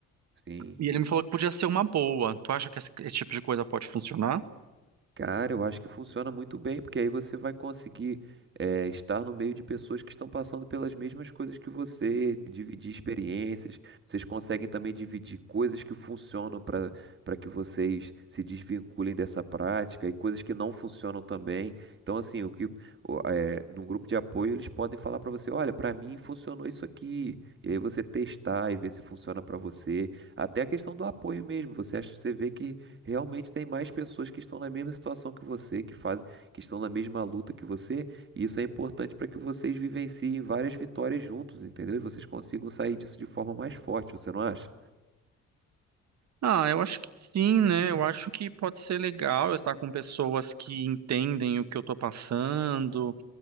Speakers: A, on the right (about 40°); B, on the right (about 60°).
A: Sim.
B: E ele me falou que podia ser uma boa. Tu acha que esse esse tipo de coisa pode funcionar?
A: Cara, eu acho que funciona muito bem, porque aí você vai conseguir eh, estar no meio de pessoas que estão passando pelas mesmas coisas que você, dividir experiências. Vocês conseguem também dividir coisas que funcionam para para que vocês se desvinculem dessa prática e coisas que não funcionam também. Então, assim, o que o, eh, num grupo de apoio eles podem falar para você, olha, para mim funcionou isso aqui. E aí você testar e ver se funciona para você. Até a questão do apoio mesmo. Você acha, você vê que Realmente tem mais pessoas que estão na mesma situação que você, que fazem, que estão na mesma luta que você, e isso é importante para que vocês vivenciem várias vitórias juntos, entendeu? E vocês consigam sair disso de forma mais forte, você não acha?
B: Ah, eu acho que sim, né? Eu acho que pode ser legal eu estar com pessoas que entendem o que eu tô passando,